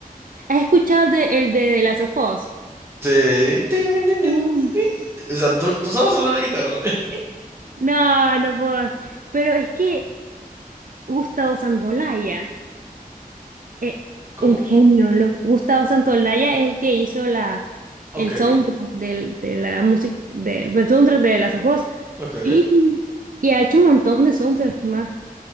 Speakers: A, on the right; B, on the right.
A: ¿Has escuchado de- el de The Last of Us?
B: Sí. Tin, tin, tin,
A: Uf,
B: tin, tin. O sea, ¿tú, tú sabes hablar de guitarra? <laughs>
A: No, no puedo. Pero es que Gustavo Santolaya. eh,
B: ¿Cómo?
A: un genio, lo, Gustavo Santolaya es el que hizo la,
B: Ok,
A: el soundtrack del, de la música, del, del soundtrack de Las Ojos
B: ok.
A: Y, y ha hecho un montón de soundtracks más.